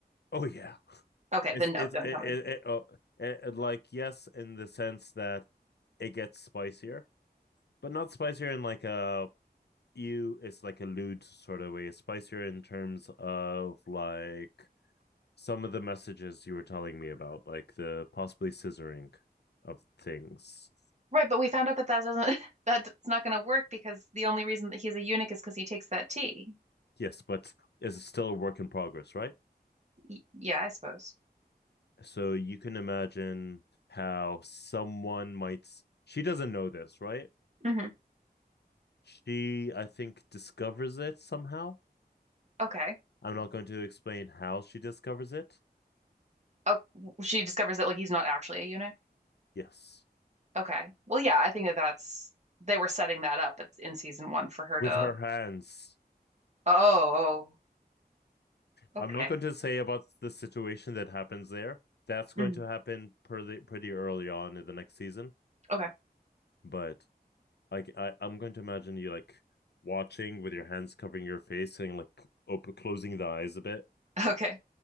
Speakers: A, on the left (about 85°); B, on the right (about 45°).
A: Oh yeah,
B: Okay,
A: it's
B: then no,
A: it's
B: don't
A: it,
B: tell me.
A: it, it, oh, it, it like yes in the sense that it gets spicier, but not spicier in like a you it's like a lewd sort of way. It's spicier in terms of like some of the messages you were telling me about, like the possibly scissoring of things
B: Right, but we found out that that doesn't <laughs> that's not going to work because the only reason that he's a eunuch is because he takes that tea.
A: Yes, but it's still a work in progress, right?
B: Y yeah, I suppose.
A: So you can imagine how someone might. She doesn't know this, right?
B: hmm
A: She, I think, discovers it somehow.
B: Okay.
A: I'm not going to explain how she discovers it.
B: Oh, she discovers that like he's not actually a eunuch.
A: Yes,
B: Okay. Well, yeah, I think that that's they were setting that up at, in season one for her
A: with
B: to.
A: her hands.
B: Oh, oh,
A: I'm
B: okay.
A: not going to say about the situation that happens there. That's going
B: hmm
A: to happen pretty pretty early on in the next season.
B: Okay.
A: But like, I, I'm going to imagine you like watching with your hands covering your face and like open, closing the eyes a bit
B: <laughs> Okay.